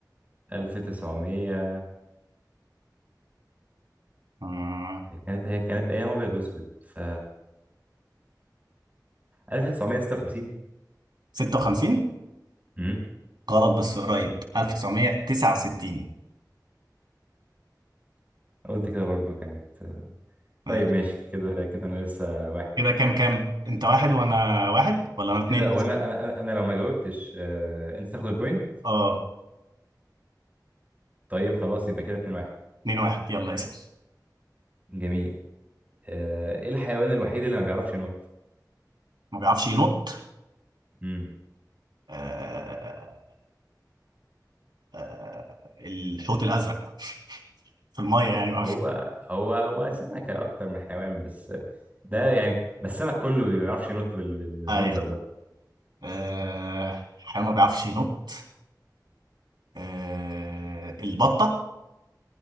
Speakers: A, on the right; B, on the right.
A: 1900
B: آه.
A: كانت هي كانت ايام ابيض واسود ف 1956
B: 56
A: امم
B: غلط بس قريب 1969
A: قلت كده برضو كانت
B: ماشي
A: طيب ماشي كده كده انا لسه واحد
B: كده كام كام انت واحد وانا واحد ولا انا اتنين
A: ايه ده هو انا انا انا أنا لو ما جاوبتش آه، انت تاخد البوينت
B: اه
A: طيب خلاص يبقى كده 2 1
B: اتنين واحد يلا اسأل
A: جميل آه، ايه الحيوان الوحيد اللي ما بيعرفش ينط
B: ما بيعرفش ينط
A: امم
B: آه آه آه، الحوت الازرق <laughs> في المية يعني ما بيعرفش
A: هو هو هو سمكة أكتر من حيوان بس ده يعني بس السمك كله ما بيعرفش ينط بال- بالمنظر
B: اي
A: ده
B: آه حيوان ما بيعرفش ينط آه البطة